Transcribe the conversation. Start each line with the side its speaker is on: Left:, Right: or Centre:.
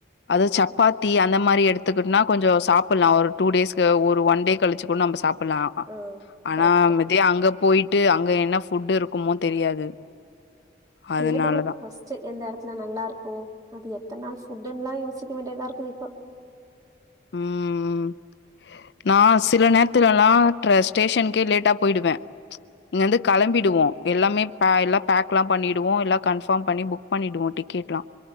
Left: அது சப்பாத்தி அந்த மாரி எடுத்துக்குனா கொஞ்சம் சாப்புலாம் ஒரு டூ டேஸ்க்கு ஒரு ஒன் டே கழிச்சு கூட நம்ம சாப் புலாம்
Right: ஆ
Left: ஆனா
Right: கரெக்ட்டு.
Left: மிதி அங்க போயிட்டு அங்க என்ன ஃபுட்டு இருக்குமோ தெரியாது அதனால
Right: தேடணும்
Left: தான்.
Right: ஃபர்ஸ்ட் எந்த இடத்துல நல்லா இருக்கும் அது எப் எத்துன நாள் ஃபுட்யெல்லா யோசிக்க வேண்டியதா இருக்கு இப்ப
Left: ம் நா சில நேரத்துலல்லாம் ட்ர ஸ்டேஷனுக்கே லேட்டா போயிடுவேன் இங்க இருந்து கெளம்பிடுவோம் எல்லாமே பே எல்லா பேக்கேல்லாம் பண்ணிடுவோம் எல்லாம் கன்ஃபாம் பண்ணி புக் பண்ணிடுவோம் டிக்கெட்லாம்